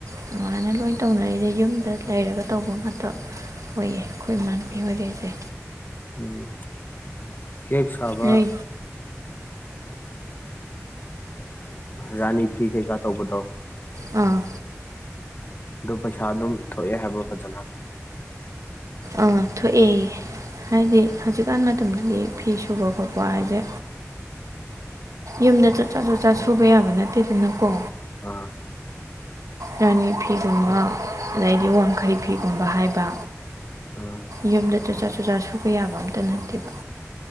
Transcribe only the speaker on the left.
ꯎꯝ ꯀꯦꯛ ꯁꯥꯕ
ꯔꯥꯅꯤ ꯐꯤ ꯀꯩꯀꯥ ꯇꯧꯕꯗꯣ
ꯑꯗꯨ ꯄꯩꯁꯥ ꯑꯗꯨꯝ ꯊꯣꯛꯑꯦ ꯍꯥꯏꯕ꯭ꯔꯣ ꯐꯖꯅ
ꯑꯥ
ꯑꯥ